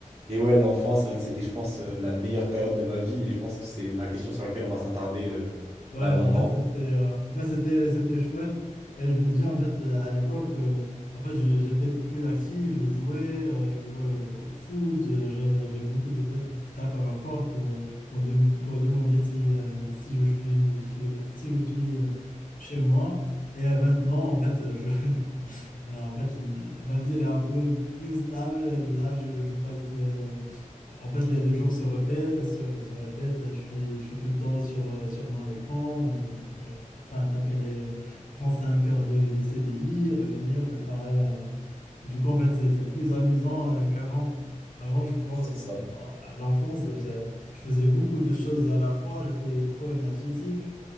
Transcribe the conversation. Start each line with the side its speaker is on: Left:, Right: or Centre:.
Right: et ouais, l'enfant, c'est vrai que c'était, je pense, euh, la meilleure période de ma vie et je pense que c'est la question sur laquelle on va s'attarder euh,
Left: Ouais,
Right: là maintenant.
Left: en fait, c'était euh, en fait, c'était, c'était chouette. Et je me dis, en fait, euh, à l'époque, euh, en fait, je- j'étais plus actif, je jouais, euh, je jouais au foot. euh, j'ai j'ai beaucoup de potes qui, qui tapent à ma porte pour, euh, pour, dem- pour demander si, euh, si je suis, si, si je suis euh, chez moi. Et euh, maintenant, en fait, euh, je, <laughs> euh, en fait, le- ma vie, elle est un peu plus stable. Là, je, je passe. euh, en fait, les, les jours se répètent, se, se répètent. Je suis, je suis tout le temps sur, euh, sur mon écran. On- on- faut- Enfin, taper les 35 heures de, de CDI, revenir, préparer. euh. Du coup, en fait, c'est c'est plus amusant euh, qu'avant. Avant, je pense,
Right: C'est ça.
Left: euh, à l'enfance, je, je faisais beaucoup de choses à la fois. J'étais trop énergétique.